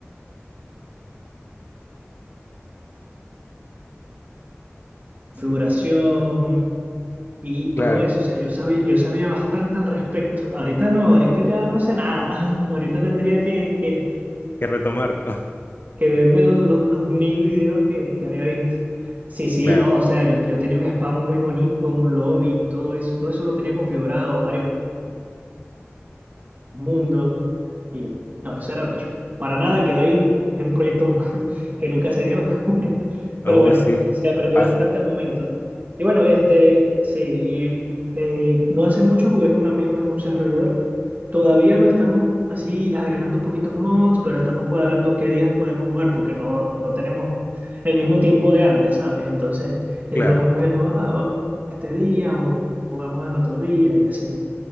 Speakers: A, on the left (about 50°); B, on the right (about 40°).
A: Sí,
B: configuración
A: eh,
B: y, y
A: claro,
B: todo eso.
A: hay
B: O sea, yo sabía, yo sabía bastante al respecto. Ahorita no, ahorita ya no sé nada. <laughs> Ahorita tendría que, que,
A: que retomarlo, <laughs>
B: que verme lo- lo- los mil videos que, que había visto. Sí, sí,
A: claro.
B: no, o sea, yo, yo tenía un spawn muy bonito, un lobby y todo eso. Todo eso lo tenía configurado, varios mundo. Y no, eso era bello. Para nada quedó ahí en un proyecto <laughs> que nunca se dio. <laughs>
A: Oh,
B: Pero bueno,
A: sí,
B: se aprendió
A: pasa,
B: bastante al momento. Y bueno, este, sí, y, eh, no hace mucho jugué con amigos en un servidor. Todavía lo estamos así agregando poquitos mods, pero estamos cuadrando qué días podemos jugar porque no, no tenemos el mismo tiempo de antes, ¿sabes? Entonces, eh,
A: claro,
B: estamos viendo, ah, vamos este día o jugamos el otro día y así.